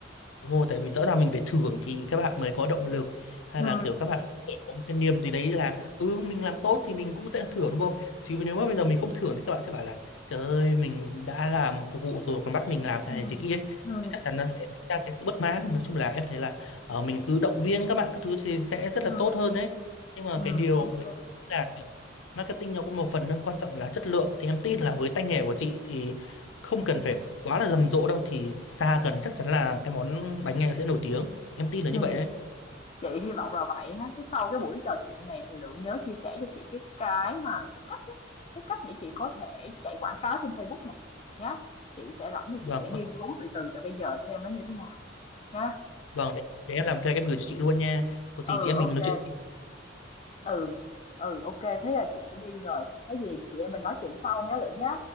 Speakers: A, on the left (about 90°); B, on the left (about 30°).
A: Đúng rồi, tại vì rõ ràng mình phải thưởng thì các bạn mới có động lực hay
B: Ừ.
A: là kiểu các bạn có một cái niềm gì đấy là ừ mình làm tốt thì mình cũng sẽ thưởng đúng không? Chứ nếu mà bây giờ mình không thưởng thì các bạn sẽ bảo là trời ơi mình đã làm phục vụ rồi còn bắt mình làm thế
B: Ừ.
A: này thế kia ấy.
B: Ừ.
A: Chắc chắn nó sẽ sinh ra cái sự bất mãn. Nói chung là em thấy là ờ, mình cứ động viên các bạn các thứ thì sẽ rất là
B: ừ
A: tốt hơn đấy. Nhưng mà
B: ừ
A: cái điều
B: ok
A: đấy là kiểu marketing nó cũng một phần thôi, quan trọng là chất lượng thì em tin là với tay nghề của chị thì không cần phải quá là rầm rộ đâu thì xa gần chắc chắn là cái món bánh này sẽ nổi tiếng em tin là như
B: ừ
A: vậy đấy
B: chị hy vọng là vậy ha. Thế sau cái buổi trò chuyện này thì Lượng nhớ chia sẻ cho chị cái cái mà cái cách á, cái cách để chị có thể chạy quảng cáo trên Facebook nè, nhá. Chị sẽ rảnh thì
A: vâng
B: chị sẽ nghiên cứu từ từ từ bây giờ xem nó như thế nào nhá.
A: vâng để, để em làm cái em gửi cho chị luôn nha có gì
B: Ừ,
A: chị em
B: ok
A: mình nói chuyện
B: ừ, ừ, ok thế là chị phải đi rồi, có gì chị em mình nói chuyện sau nhé Lượng nhá.